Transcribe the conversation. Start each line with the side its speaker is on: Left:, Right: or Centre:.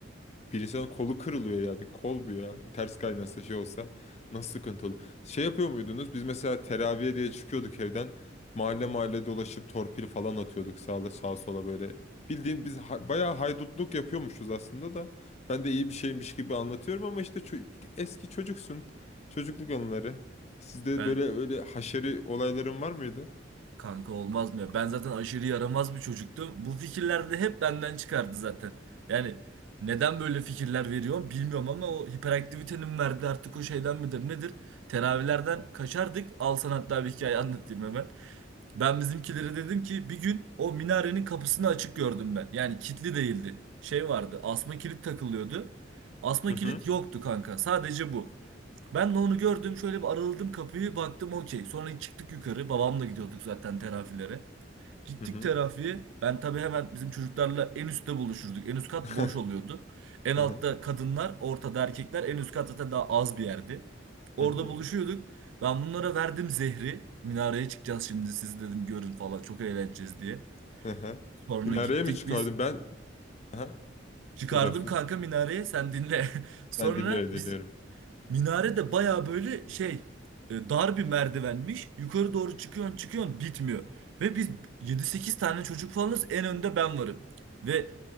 Left: bir insanın kolu kırılıyor yani. Kol bu ya. Ters kaynasa şey olsa nasıl sıkıntı olur. Şey yapıyor muydunuz? Biz mesela teraviye diye çıkıyorduk evden. Mahalle mahalle dolaşıp torpil falan atıyorduk sağa, sağa sola böyle. Bildiğin biz ha- bayağı haydutluk yapıyormuşuz aslında da. Ben de iyi bir şeymiş gibi anlatıyorum ama işte ço- eski çocuksun. Çocukluk anıları. Sizde
Right: Ben
Left: böyle öyle haşeri olayların var mıydı?
Right: kanka olmaz mı ya? Ben zaten aşırı yaramaz bir çocuktum. Bu fikirler de hep benden çıkardı zaten. Yani neden böyle fikirler veriyorum bilmiyorum ama o hiperaktivitenin verdiği artık o şeyden midir nedir? Teravilerden kaçardık. Al sana hatta bir hikaye anlatayım hemen. Ben bizimkilere dedim ki bir gün o minarenin kapısını açık gördüm ben. Yani kilitli değildi. Şey vardı. Asma kilit takılıyordu. Asma
Left: Hı hı.
Right: kilit yoktu kanka. Sadece bu. Ben de onu gördüm. Şöyle bir araladım kapıyı. Baktım okey. Sonra çıktık yukarı. Babamla gidiyorduk zaten terafilere. Gittik
Left: Hı hı.
Right: terafiye. Ben tabii hemen bizim çocuklarla en üstte buluşurduk. En üst kat
Left: <laughs>
Right: boş oluyordu. En
Left: Hı
Right: altta
Left: hı.
Right: kadınlar, ortada erkekler. En üst kat zaten daha az bir yerdi. Orada
Left: Hı hı.
Right: buluşuyorduk. Ben bunlara verdim zehri. Minareye çıkacağız şimdi siz dedim görün falan çok eğleneceğiz diye.
Left: Hı hı.
Right: Sonra
Left: Minareye
Right: gittik
Left: mi çıkardın?
Right: biz.
Left: Ben... Aha.
Right: Çıkardım
Left: Bir laf.
Right: kanka minareye sen dinle. <laughs> Sonra
Left: Ben dinliyorum dinliyorum.
Right: biz Minare de baya böyle şey e, dar bir merdivenmiş. Yukarı doğru çıkıyorsun çıkıyorsun bitmiyor. Ve biz yedi sekiz tane çocuk falanız en önde ben varım. Ve